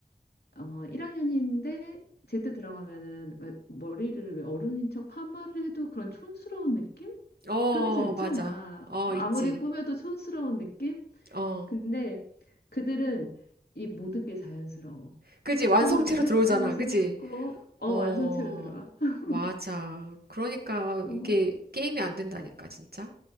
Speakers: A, on the left (about 70°); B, on the right (about 65°).
A: 어, 1학년인데 제때 들어가면은 왜 머리를 왜 어른인 척 파마를 해도 그런 촌스러운 느낌?
B: 어,
A: 그런 게 좀 있잖아.
B: 맞아. 어,
A: 아무리
B: 있지.
A: 꾸며도 촌스러운 느낌?
B: 어.
A: 근데 그들은 이 모든 게 자연스러워.
B: 그지? 완성체로
A: 파마를 해도
B: 들어오잖아.
A: 자연스럽고,
B: 그지?
A: 어,
B: 어,
A: 완성체로 들어와. <laughs>
B: 맞아. 그러니까
A: 어,
B: 이게 게임이 안 된다니까, 진짜.